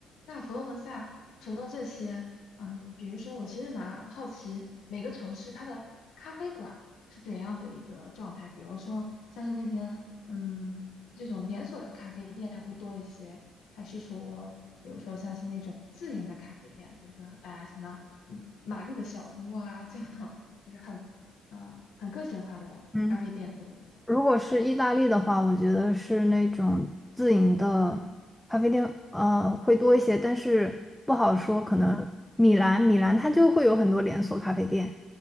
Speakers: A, on the left; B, in the centre.
A: 那佛罗伦萨除了这些，嗯，比如说，我其实蛮好奇每个城市它的咖啡馆是怎样的一个状态，比如说像是那边，嗯，这种连锁的咖啡店会多一些，还是说，比如说像是那种自营的咖啡店，比如说啊、哎什么，嗯，玛丽的小屋啊，这样就是很，嗯、很个性化的咖啡店多一些。
B: 嗯，如果是意大利的话，我觉得是那种自营的咖啡店，
A: 嗯
B: 呃，会多一些，但是不好说。可能米兰，
A: 嗯，
B: 米兰它就会有很多连锁咖啡店，